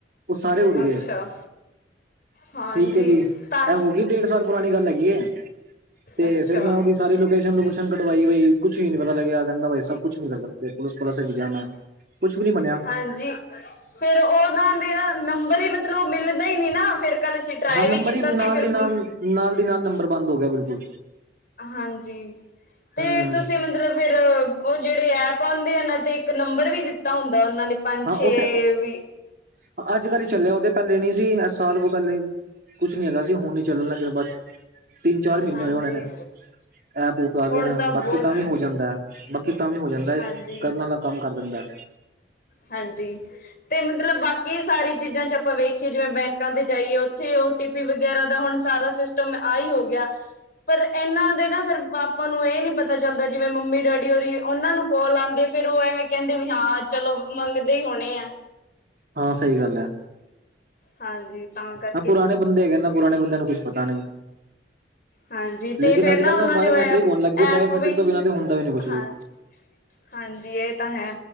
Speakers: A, on the right (about 50°); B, on the left (about 50°).
A: ਓ ਸਾਰੇ ਉੱਡ ਗਏ।
B: ਅੱਛਾ ਹਾਂਜੀ,
A: ਠੀਕ ਹੈ ਜੀ ਇਹ
B: ਤਾਂ
A: ਹੋ ਡੇਢ ਸਾਲ ਪੁਰਾਣੀ ਗੱਲ ਹੈਗੀਏ, ਤੇ
B: ਅੱਛਾ
A: ਫਿਰ ਮੈਂ ਓਦੀ ਸਾਰੀ ਲੋਕੇਸ਼ਨ ਲੁਕੇਸਨ ਕਢਵਾਈ ਬਈ ਕੁੱਛ ਵੀ ਨੀ ਪਤਾ ਲੱਗਿਆ ਕੈਂਦਾ ਬਾ ਅਬ ਕੁਛ ਨੀ ਕਰ ਸਕਤੇ, ਪੁਲਿਸ ਪਲਸ ਚ ਗਯਾ ਮੈਂ ਕੁਛ ਵੀ ਨੀ ਬਨੇਆ।
B: ਹਾਂਜੀ। ਫੇਰ ਓਨਾਂ ਦੇ ਨਾ ਨੰਬਰ ਈ ਮਤਲਬ ਮਿਲਦੇ ਨੀ ਨਾ ਫੇਰ ਕੱਲ ਅਸੀ ਟਰਾਏ
A: ਹਾਂ ਨੰਬਰ
B: ਵੀ ਕੀਤਾ
A: ਹੀ
B: ਸੀ
A: ਨਾਲ
B: ਫੇਰ
A: ਦੀ ਨਾਲ ਨਾਲ ਦੀ ਨਾਲ ਨੰਬਰ ਬੰਦ ਹੋ ਗਯਾ ਬਿਲਕੁਲ।
B: ਹਾਂਜੀ, ਤੇ
A: ਹਮ
B: ਤੁਸੀਂ ਮਤਲਬ ਫੇਰ ਓ ਜੇੜੇ ਐਪ ਆਉਦੇ ਓਨਾਂ ਤੇ ਇੱਕ ਨੰਬਰ ਵੀ ਦਿੱਤਾ ਹੁੰਦਾ ਓਨਾਂ ਨੇ। ਪੰਜ
A: ਹਾਂ
B: ਛੇ
A: ਉੱਥੇ ਔਹ
B: ਵੀ
A: ਅੱਜ-ਕੱਲ ਹੀ ਚੱਲਿਆ ਓਤੇ ਪੈਲੇ ਨੀ ਸੀ ਸਾਲ ਕੋ ਪੈਲੇ। ਕੁਛ ਨੀ ਹੈਗਾ ਸੀ ਹੁਣ ਈ ਚੱਲਣਾ ਲੱਗੇਆ ਬਸ ਤਿੰਨ-ਚਾਰ ਮੀਨੇ
B: ਹਾਂਜੀ
A: ਹੋਏ ਹੋਣੇ ਨੇ, ਐਪ ਊਪ ਆ
B: ਹੁਣ
A: ਗਏ ਨੇ
B: ਬਹੁਤ
A: ਬਾਕੀ ਤਾਂ ਵੀ ਓੜ ਜਾਂਦੈ। ਬਾਕੀ ਤਾਂ ਵੀ ਹੋ ਜਾਂਦੈ,
B: ਹਾਂਜੀ
A: ਕਰਨ ਵਾਲਾ ਕੰਮ ਕਰ ਦਿੰਦਾ।
B: ਹਾਂਜੀ। ਤੇ ਮਤਲਬ ਬਾਕੀ ਸਾਰੀ ਚੀਜ਼ਾਂ 'ਚ ਆਪਾਂ ਵੇਖੀਏ ਜਿਵੇਂ ਬੈਂਕਾਂ ਤੇ ਜਾਈਏ ਓਥੇ ਓ ਟੀਪੀ ਵਗੈਰਾ ਦਾ ਹੁਣ ਸਾਰਾ ਸਿਸ ਆਈ ਹੋ ਗਿਆ, ਪਰ ਏਨਾਂ ਦੇ ਨਾ ਫੇਰ ਆਪਾਂ ਨੂੰ ਏ ਨੀ ਪਤਾ ਪਤਾ ਚੱਲਦਾ ਜਿਵੇਂ ਮੰਮੀ-ਡੈਡੀ ਹੋਰੀ ਓਨਾਂ ਨੂੰ ਕੋਲ ਆਂਦੀ ਫੇਰ ਓ ਐਵੇਂ ਕੈਂਦੇ ਵੀ ਹਾਂ ਚਲੋ, ਮੰਗਦੇ ਈ ਹੋਣੇ ਆ।
A: ਹਾਂ, ਸਈ ਗੱਲ ਐ।
B: ਹਾਂਜੀ। ਤਾਂ ਕਰਕੇ
A: ਹਾਂ, ਪੁਰਾਣੇ ਬੰਦੇ ਹੈਗੇਨੇ ਪੁਰਾਣੇ ਬੰਦਿਆਂ ਨੂੰ ਕੁਛ ਪਤਾ ਨਈਂ।
B: ਹਾਂਜੀ ਤੇ
A: ਲੇਕਿਨ
B: ਫੇਰ
A: ਅੱਜ-ਕੱਲ
B: ਉਹਨਾਂ
A: ਨਾ
B: ਨੇ
A: ਬਾਇਓਮੈਟ੍ਰਿਕ
B: ਐਪ
A: ਹੋਣ ਲੱਗਗੀ
B: ਐਪ
A: ਬਾਇਓਮੈਟ੍ਰਿਕ
B: ਵੀ
A: ਤੋਂ ਬਿਨਾਂ ਤੇ ਹੁੰਦਾ ਵੀ ਨੀ ਕੁਛ
B: ਹਾਂ
A: ਵੀ।
B: ਹਾਂਜੀ, ਏ ਤਾਂ ਹੈ।